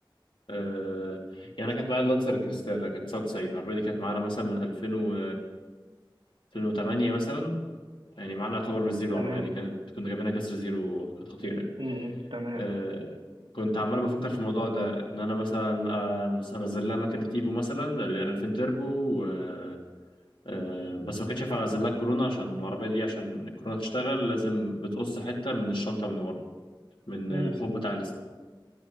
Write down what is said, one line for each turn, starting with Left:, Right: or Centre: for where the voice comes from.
Left: آه، يعني انا كانت معايا اللانسر كريستالا كانت 99 العربيه دي كانت معانا مثلا من 2000 و 2008 مثلا يعني معانا يعتبر من الزيرو العربيه
Right: تمام
Left: دي كانت كنا جايبينها كسر زيرو كانت خطيره يعني.
Right: امم تمام
Left: آه، كنت عمال بفكر في الموضوع ده ان انا مثلا آه، انزل لها مكنه ايفو مثلا اللي هي 2000 تربو و... آه، بس ما كانش ينفع انزل لها كورونا عشان العربيه دي عشان الكورونا تشتغل لازم بتقص حته من الشنطه من ورا من
Right: امم
Left: الحب بتاع